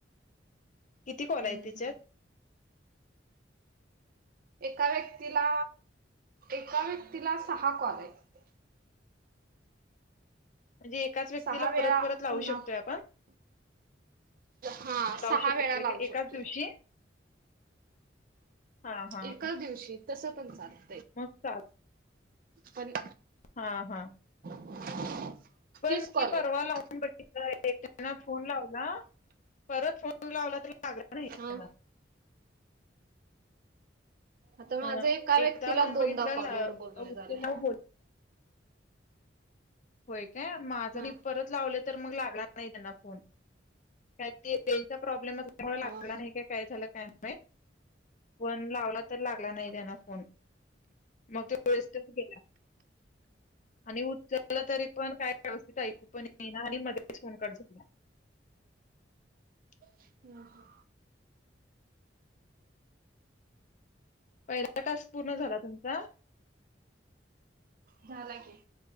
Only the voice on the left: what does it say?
किती
कॉल आहे
तिच्यात.
म्हणजे एकाच व्यक्तीला
परत परत लावू
शकतोय आपण.
लावू
शकतोयका
एकाच दिवशी. हा हा
मंग त
हां हां
पण
मी
परवा लावून बघितल <unintelligible> त्यांना फोन लावला परत फोन लावला तरी <unintelligible> राहील तेला
अ
एकदा लावून बघितलं
उचलला
बोल होय माझ
मी परत लावले तर मग लागला नाही त्यांना फोन काय ते त्यांचा प्रॉब्लेम चा मूळ लागला
नाही काय कायझाल माहीत <unintelligible> पण लावला तर लागला नाही त्यानं फोन म त्यो तो वेस्टच गेला आणि उच ल तरी पण काय व्यवस्थित ऐकू पण येईना आणि मधेच फोन कट झाला <unintelligible>
पहिला टास्क पूर्ण झाला तुमचा <unintelligible>